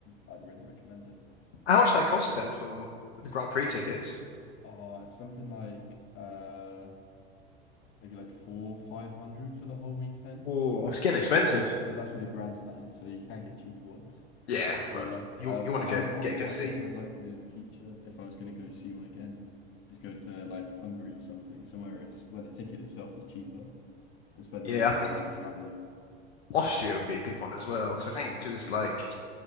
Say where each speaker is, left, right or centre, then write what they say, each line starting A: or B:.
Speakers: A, on the left; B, on the left.
A: I'd really recommend it.
B: How much did that cost then for the Grand Prix tickets?
A: Oh, it's something like uh maybe like four five hundred for the whole weekend,
B: Oh, it's getting expensive.
A: but that's with a grandstand so you can get cheaper ones.
B: Yeah,
A: But
B: but
A: yeah,
B: you
A: uh,
B: you
A: but
B: want to
A: I
B: go
A: what
B: get a good
A: what
B: seat.
A: I think I'd like to do in the future, if I was going to go see one again, is go to like Hungary or something, somewhere it's where the ticket itself is cheaper, and spend
B: Yeah,
A: the rest
B: I think
A: of the money traveling.
B: Austria would be a good one as well because
A: Austria
B: I think because
A: would be good.
B: it's like